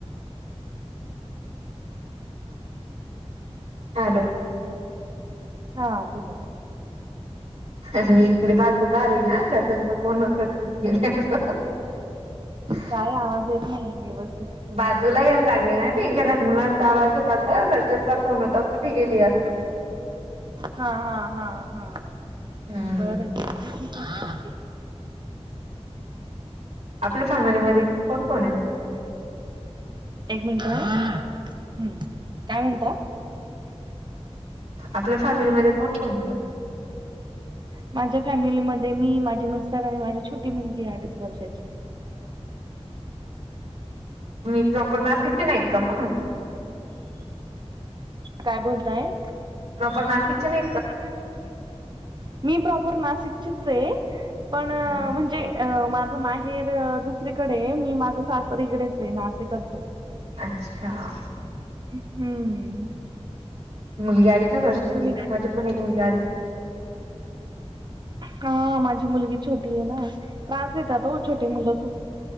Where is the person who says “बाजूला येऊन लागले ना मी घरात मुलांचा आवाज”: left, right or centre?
Right